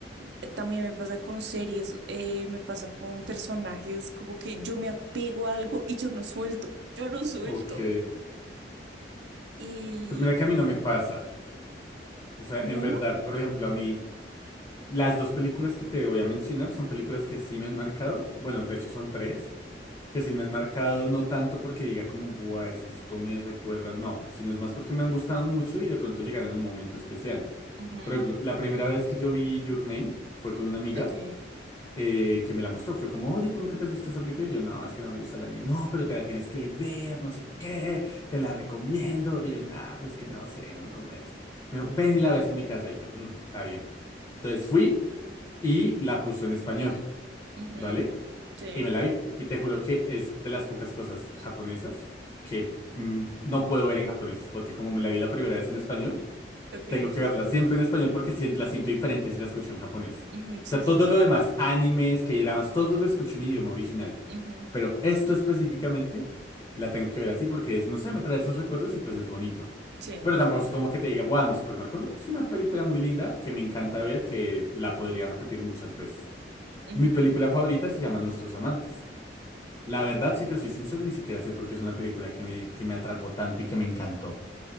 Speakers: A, on the right; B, on the left.
A: eh, también me pasa con series, eh, me pasa con personajes, como que yo me apego a algo y yo no suelto, yo no suelto.
B: Ok.
A: Y
B: Pues mira que a mí no me pasa. O sea,
A: no,
B: en verdad, por ejemplo, a mí, las dos películas que te voy a mencionar son películas que sí me han marcado. Bueno, de hecho son tres, que sí me han marcado, no tanto porque diga como, buah, es que esto me recuerda, no, sino es más porque me han gustado mucho y de pronto llegarán en un momento especial.
A: Ujú.
B: Por ejemplo, la primera vez que yo vi Your Name fue con una amiga
A: ok,
B: eh, que me la mostró. Fue como, oye, ¿tú nunca te has visto esta película? Y yo, no, es que no me gusta el anime. No, pero te la tienes que ver, no sé qué, te la recomiendo. Y yo, nah, pues que no sé, no me convence. Me dijo, ven y la ves en mi casa. Y yo, "Mm, está bien. Entonces fui y la puso en español,
A: ujú,
B: ¿vale?
A: sí.
B: Y me la vi. Y te juro que es de las pocas cosas japonesas que mm, no puedo ver en japonés, porque como me la vi la primera vez en español,
A: Ok,
B: tengo que verla
A: sí.
B: siempre en español porque sien- la siento diferente si la escucho en japonés.
A: Ujú,
B: O
A: sí,
B: sea,
A: sí,
B: todo
A: sí.
B: lo demás, animes, K-dramas, todo lo escucho en idioma original.
A: Ujú,
B: Pero esto específicamente la tengo que ver así porque es, no sé, me trae esos recuerdos y pues es bonito.
A: sí.
B: Pero tampoco es como que te diga, ¡buah, me supermarco! No, es una película muy linda que me encanta ver, que la podría repetir muchas veces.
A: Ujú,
B: Mi película favorita se llama Nuestros Amantes. La verdad, si te soy sincero, ni siquiera sé por qué es una película que me, que me atrapó tanto y que me encantó.